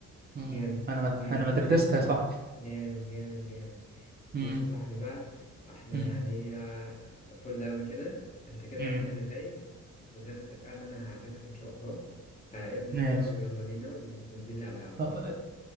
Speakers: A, on the right; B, on the left.
A: مم.
B: جامد
A: انا مد-
B: جامد
A: انا مدردست يا صاحبي
B: جامد جامد جامد
A: مم.
B: بص يا صاحبي بقى احنا
A: مم.
B: يعني آه، فل أوي كده انت كده
A: مم.
B: انت اللي فايز وزي ما اتفقنا انا هعزمك ان شاء الله فالبس
A: ماشي
B: كده ويلا بينا و- وننزل لي على القهوة
A: أه،
B: قشطة